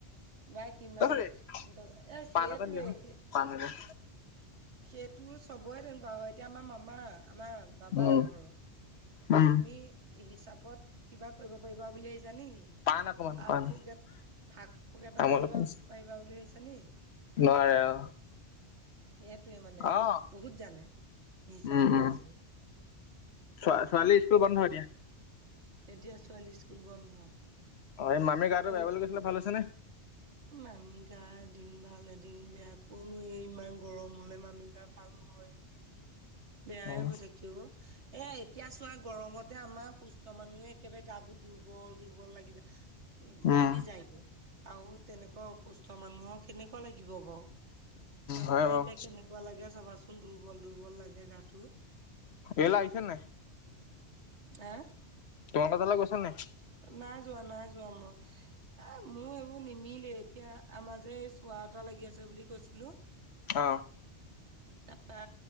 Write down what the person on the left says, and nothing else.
অই
পাণ অকণ দিয়ক
পাণ অকণ
উম
উম
পাণ অকমান
পাণ
তামোল
অকণ আছে।
নোৱাৰে অ।
অ
উম
উম
ছ ছোৱালী স্কুল বন্ধ এটিয়া।
অ এই মামীৰ গাটো
বেয়া বুলি কৈছিলে ভাল হৈছে নে
অ উম
উম
হয় বাৰু
এল আহিছে নাই।
তোমাকা তালা গৈছে নাই। <unintelligible>
অ